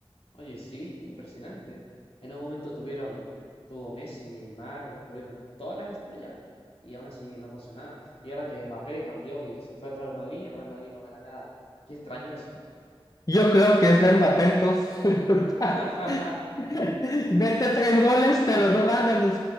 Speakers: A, on the left (about 75°); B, on the left (about 40°).
A: Oye, sí, impresionante. En un momento tuvieron, tuvo Messi, Neymar, tuvieron todas las estrellas y aún así no pasó nada. Y ahora que Mbappé cambió y se fue al Real Madrid, el Real Madrid no gana nada. Qué extraño eso.
B: Yo creo que es Mbappé entonces. <laughs>
A: <laughs>
B: <laughs> Mete tres goles, pero no ganan.